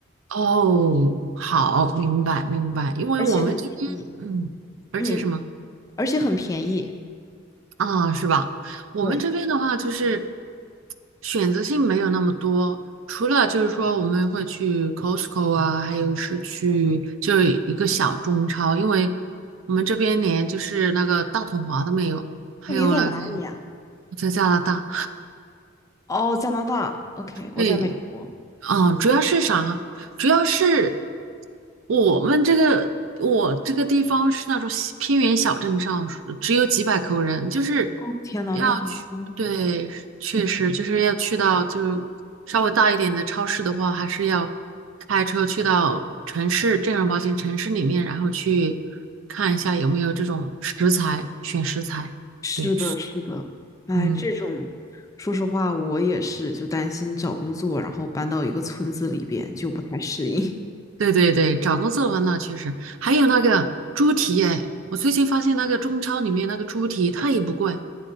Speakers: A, on the right; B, on the left.
A: 哦，好，明白明白，因为我们这边，
B: 而且很便宜，
A: 嗯，而且什么？
B: 嗯，而且很便宜。
A: 啊，是吧？我们这边的话就是
B: 对，
A: 选择性没有那么多，除了就是说我们会去 Costco 啊，还有是去就一个小中超，因为我们这边连就是那个大统华都没有，还有那个
B: 哦，您在哪里呀？
A: 我在加拿大，
B: 哦，加拿大。OK，
A: 对，
B: 我在美国。
A: 嗯，主要是啥？主要是我们这个我这个地方是那种小偏远小镇上，只有几百口人，就是
B: 哦，天呐，
A: 要去，
B: 那很，嗯，
A: 对，确实就是要去到就是稍微大一点的超市的话，还是要开车去到城市正儿八经城市里面，然后去看一下有没有这种食材，选食材。
B: 是的，
A: 对，
B: 是的。哎，
A: 嗯。
B: 这种，说实话，我也是，就担心找工作，然后搬到一个村子里边就不太适应。
A: 对对对，找工作的话，那确实，还有那个猪蹄哎，我最近发现那个中超里面那个猪蹄它也不贵，